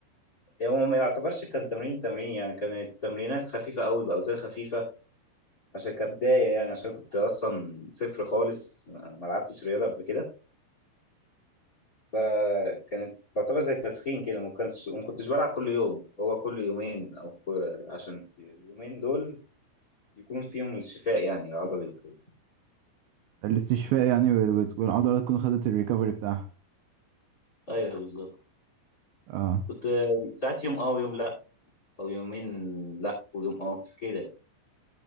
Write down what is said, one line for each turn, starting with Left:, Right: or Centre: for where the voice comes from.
Left: هي هو ما يعتبرش كان تمرين تمرين يعني كانت تمرينات خفيفة قوي بأوزان خفيفة عشان كبداية يعني عشان كنت أصلا صفر خالص ما ما لعبتش رياضة قبل كده فكانت تعتبر زي التسخين كده ما كانش ما كنتش بلعب كل يوم هو كل يومين او كل... عشان اليومين دول يكون فيهم الشفاء يعني العضلي وكده
Right: الاستشفاء يعني وال- وت- والعضله تكون خدت الريكفري بتاعها
Left: ايوه بالظبط
Right: اه
Left: كنت ساعات يوم اه ويوم لا او يومين لا ويوم اه كده